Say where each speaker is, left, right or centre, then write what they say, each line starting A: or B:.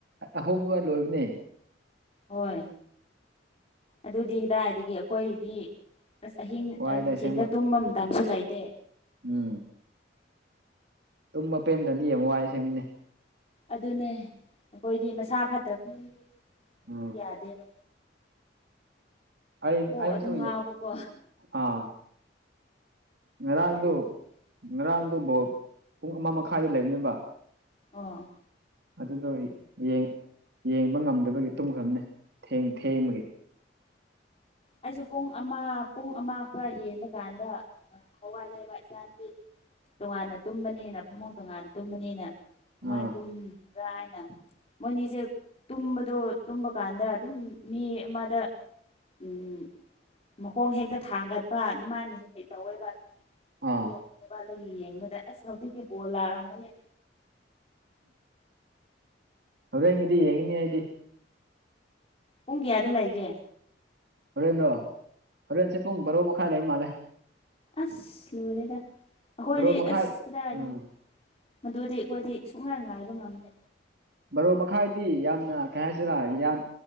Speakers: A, on the right (about 65°); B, on the left (about 35°).
A: ꯑꯍꯨꯝ ꯑꯗꯨꯋꯥꯏ ꯂꯣꯏꯕꯅꯦ
B: ꯍꯣꯏ ꯑꯗꯨꯗꯤ ꯀꯗꯥꯏꯗꯒꯤ ꯑꯈꯣꯏꯗꯤ ꯑꯁ ꯑꯍꯤꯡ
A: ꯋꯥꯏꯗ
B: ꯑ ꯅꯨꯡꯊꯤꯟꯗ
A: ꯑꯁꯦꯡꯕ
B: ꯇꯨꯝꯕ ꯃꯇꯝꯁꯨ ꯂꯩꯇꯦ
A: ꯎꯝ ꯇꯨꯝꯕ ꯄꯦꯟꯗ꯭ꯔꯗꯤ ꯌꯥꯝ ꯋꯥꯏ ꯁꯦꯡꯕꯅꯦ
B: ꯑꯗꯨꯅꯦ ꯑꯈꯣꯏꯗꯤ ꯃꯁꯥ ꯐꯠꯇꯕ ꯃꯤ <inaudible>
A: ꯎꯝ
B: ꯌꯥꯗꯦꯕ
A: ꯑꯩ
B: ꯑꯣ
A: ꯑꯩꯁꯨ
B: ꯑꯗꯨꯝ ꯉꯥꯎꯕꯀꯣ
A: ꯑꯥ ꯉꯔꯥꯡꯗꯨ
B: ꯌꯥꯗꯦ
A: ꯉꯔꯥꯡꯗꯨ
B: ꯍꯣꯏ
A: ꯕꯣꯜ ꯄꯨꯡ ꯑꯃ ꯃꯈꯥꯏꯗ ꯂꯩꯕꯅꯦꯕ
B: ꯑꯣ
A: ꯑꯗꯨꯗꯣ ꯌ‌ꯦꯡ ꯌꯦꯡꯕ ꯉꯝꯗꯕꯒꯤ ꯇꯨꯝꯈ꯭ꯔꯝꯅꯤ ꯊ‌ꯦꯡ ꯊꯦꯡꯕꯒꯤ
B: ꯑꯩꯁꯨ ꯄꯨꯡ ꯑꯃ ꯄꯨꯡ ꯑꯃ ꯈꯔ ꯍꯦꯟꯕ ꯀꯥꯟꯗ ꯑꯥ ꯍꯧꯒꯠꯂꯦꯕ ꯏꯆꯥ ꯅꯨꯄꯤ ꯇꯣꯉꯥꯟꯅ ꯇꯨꯝꯕꯅꯤꯅ ꯐꯃꯨꯡ ꯇꯣꯉꯥꯟꯅ ꯇꯨꯝꯕꯅꯤꯅ ꯀꯃꯥꯏꯟ
A: ꯑꯥ
B: ꯇꯨꯝ ꯔꯥꯏꯅ ꯃꯣꯏꯅꯤꯁꯦ ꯇꯨꯝꯕꯗꯣ ꯇꯨꯝꯕ ꯀꯥꯟꯗ ꯑꯗꯨꯝ ꯃꯤ ꯑꯃꯗ ꯎꯝ ꯃꯈꯣꯡ ꯍꯦꯛꯇ ꯊꯥꯡꯒꯠꯄ ꯑꯗꯨꯃꯥꯏꯅ ꯍꯦꯛ ꯍꯦꯛ ꯇꯧꯋꯦꯕ
A: ꯑꯥ
B: ꯑꯗꯣ <unintelligible> ꯌꯦꯡꯕꯗ ꯑꯁ ꯍꯧꯖꯤꯛꯇꯤ ꯕꯣꯜ ꯂꯥꯎꯔꯝꯒꯅꯤ
A: ꯍꯣꯔꯦꯟꯒꯤꯗꯤ ꯌꯦꯡꯒꯅꯤ ꯑꯩꯗꯤ
B: ꯄꯨꯡ ꯀꯌꯥꯗ ꯂꯩꯒꯦ
A: ꯍꯣꯔꯦꯟꯔꯣ ꯍꯣꯔꯦꯟꯁꯦ ꯄꯨꯡ ꯕꯥꯔꯣ ꯃꯈꯥꯏ ꯂꯩꯕ ꯃꯥꯜꯂꯦ
B: ꯑꯁ ꯂꯣꯏꯔꯦꯗ ꯑꯈꯣꯏꯗꯤ
A: ꯕꯥꯔꯣ ꯃꯈꯥꯏ
B: ꯑꯁ ꯀꯗꯥꯏꯗꯒꯤ
A: ꯎꯝ
B: ꯃꯗꯨꯗꯤ ꯑꯈꯣꯏꯗꯤ ꯁꯨꯨꯡ ꯉꯥꯏ ꯉꯥꯏꯕ ꯉꯝꯗꯦ
A: ꯕꯥꯔꯣ ꯃꯈꯥꯏꯗꯤ ꯌꯥꯝꯅ ꯀꯩ ꯍꯥꯏꯗꯣꯔ ꯌꯥꯝ